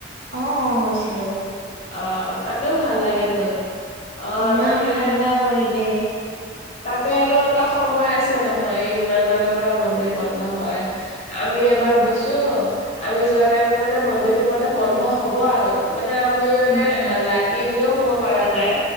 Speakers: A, on the right; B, on the left.
A: অ' অ' গৈছিলো
B: আহ তাতেও ভাল লাগে ত অহ
A: ইমান
B: তাতে
A: ঠাণ্ডা পৰিৱেশ
B: তাতে আৰু এটা সময় আছে নহয় ইমান মানৰ পৰা মন্দিৰ বন্ধ হয়। আমি এবাৰ
A: অ'
B: গৈছো আমি যোৱা টাইমত মানে মন্দিৰটো মানে বন্ধ হব আৰু। মানে আমি মানে
A: উম উম
B: লাকি বুলিও ক'ব পৰা যায়